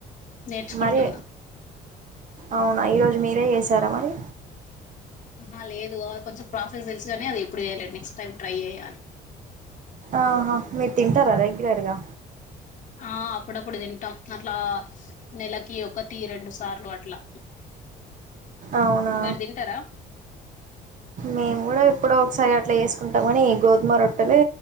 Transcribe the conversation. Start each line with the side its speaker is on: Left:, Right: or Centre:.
Left: నేర్చుకుంటున్నా
Right: మరి అవునా ఇరోజ్ మీరే చేసారా మరి
Left: ఆహా లేదు అది కొంచెం ప్రాసెస్ తెలుసుగాని అది ఎప్పుడు చేయలేదు నెక్ట్స్ టైం ట్రై చేయ్యాలే
Right: ఆహా మీర్ తింటారా రెగ్యులర్గా
Left: ఆ అప్పుడప్పుడు తింటాం అట్లా నెలకి ఒకటి రెండు సార్లు అట్లా
Right: అవునా
Left: మీరు తింటారా
Right: మేము కూడా ఎప్పుడో ఒకసారి అ అట్లా ఏసుకుంటాం కానీ గోధుమ రొట్టెలే